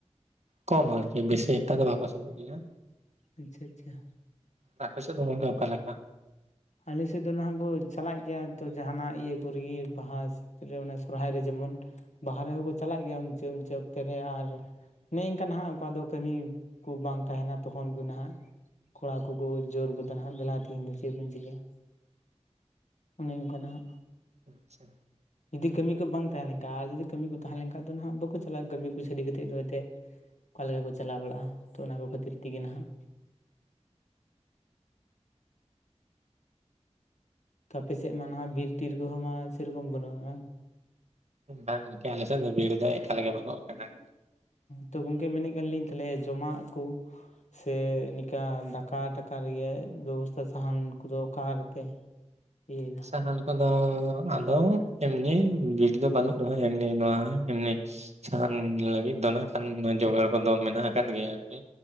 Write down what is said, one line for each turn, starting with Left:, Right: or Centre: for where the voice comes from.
Right: ᱠᱚᱢ ᱟᱨᱠᱤ ᱵᱮᱥᱤ ᱮᱠᱴᱟ ᱫᱚ ᱵᱟᱠᱚ ᱥᱮᱱᱚ ᱜᱮᱭᱟ
Left: ᱟᱪᱪᱷᱟ ᱟᱪᱪᱷᱟ
Right: ᱟᱯᱮ ᱥᱮᱫ ᱫᱚ ᱜᱚᱝᱠᱮ ᱚᱠᱟᱞᱮᱠᱟ
Left: ᱟᱞᱮᱥᱮᱫ ᱫᱚ ᱱᱟᱦᱟᱜ ᱠᱚ ᱪᱟᱞᱟᱜ ᱜᱮᱭᱟ ᱛᱚ ᱡᱟᱦᱟᱱᱟᱜ ᱤᱭᱟᱹ ᱠᱚᱨᱮᱜᱮ ᱵᱟᱦᱟ ᱨᱮ ᱟᱱᱟ ᱥᱚᱨᱦᱟᱭ ᱨᱮ ᱡᱮᱢᱚᱱ ᱵᱟᱦᱟ ᱨᱮᱸᱦᱚ ᱠᱚ ᱪᱟᱞᱟᱜ ᱜᱮᱭᱟ ᱢᱩᱪᱟᱹᱫ ᱢᱩᱪᱟᱹᱫ ᱚᱠᱛᱮ ᱨᱮ ᱟᱨ ᱱᱮᱝᱠᱟ ᱱᱟᱦᱟᱜ ᱚᱠᱟ ᱫᱚ ᱠᱟᱹᱢᱤ ᱠᱩ ᱵᱟᱝ ᱛᱟᱦᱮᱱᱟ ᱛᱚᱠᱷᱚᱱ ᱜᱮ ᱱᱟᱦᱟᱜ ᱠᱚᱲᱟ ᱠᱚᱠᱚ ᱡᱳᱨ ᱜᱚᱫᱟ ᱱᱟᱦᱟᱜ ᱫᱮᱞᱟ ᱛᱮᱦᱮᱧ ᱫᱚ ᱪᱮᱫ ᱵᱤᱱ ᱴᱷᱤᱜ ᱜᱮᱭᱟ ᱚᱱᱮ ᱚᱱᱠᱟ ᱱᱟᱦᱟᱜ᱾
Right: ᱟᱪᱪᱷᱟ
Left: ᱡᱩᱫᱤ ᱠᱟᱹᱢᱤ ᱠᱚ ᱵᱟᱝ ᱛᱟᱦᱮ ᱞᱮᱱᱠᱷᱟᱱ ᱟᱨ ᱡᱩᱫᱤ ᱠᱟᱹᱢᱤ ᱠᱚ ᱛᱟᱦᱮ ᱞᱮᱱᱠᱷᱟᱱ ᱫᱚ ᱱᱟᱦᱟᱜ ᱵᱟᱠᱚ ᱪᱟᱞᱟᱜ-ᱟ ᱠᱟᱹᱢᱤ ᱠᱚ ᱥᱟᱰᱮ ᱠᱟᱛᱮᱫ ᱫᱚ ᱮᱱᱛᱮᱫ ᱚᱠᱟᱞᱮᱠᱟ ᱠᱚ ᱪᱟᱞᱟᱣ ᱵᱟᱲᱟᱜ-ᱟ ᱛᱚ ᱚᱱᱟ ᱠᱚ ᱠᱷᱟᱹᱛᱤᱨ ᱛᱮᱜᱮ ᱱᱟᱦᱟᱜ ᱛᱚ ᱟᱯᱮᱥᱮᱫ ᱢᱟ ᱱᱟᱦᱟᱜ ᱵᱤᱨ ᱛᱤᱨ ᱠᱚᱸᱦᱚ ᱢᱟ ᱥᱮᱨᱚᱠᱚᱢ ᱵᱟᱹᱱᱩᱜ-ᱟ
Right: ᱵᱟᱝ ᱞᱮᱠᱟ ᱟᱞᱮᱥᱮᱫ ᱫᱚ ᱵᱤᱨ ᱫᱚ ᱮᱠᱟᱞᱜᱮ ᱵᱟᱹᱱᱩᱜ ᱠᱟᱫᱟ
Left: ᱛᱚ ᱜᱚᱝᱠᱮ ᱢᱮᱱᱮᱫ ᱠᱟᱱ ᱞᱤᱧ ᱛᱟᱦᱚᱞᱮ ᱡᱚᱢᱟᱜ ᱠᱩ ᱥᱮ ᱱᱤᱠᱟ ᱫᱟᱠᱟᱼ ᱴᱟᱠᱟ ᱨᱮᱜᱮ ᱵᱮᱵᱚᱥᱛᱷᱟ ᱥᱟᱦᱟᱱ ᱠᱚᱫᱚ ᱚᱠᱟ ᱨᱮᱯᱮ ᱤᱭᱟᱹ
Right: ᱥᱟᱦᱟᱱ ᱠᱚᱫᱚ ᱟᱫᱚ ᱮᱢᱱᱤ ᱵᱤᱨ ᱫᱚ ᱵᱟᱹᱱᱩᱜ ᱨᱮᱸᱦᱚ ᱮᱢᱱᱤ ᱱᱚᱣᱟ ᱮᱢᱱᱤ ᱥᱟᱦᱟᱱ ᱞᱟᱹᱜᱤᱫ ᱫᱚ ᱱᱟᱜ ᱠᱷᱟᱱ ᱡᱚᱜᱟᱲ ᱠᱚᱫᱚ ᱢᱮᱱᱟᱜ ᱟᱠᱟᱫ ᱜᱮᱭᱟ ᱟᱨᱠᱤ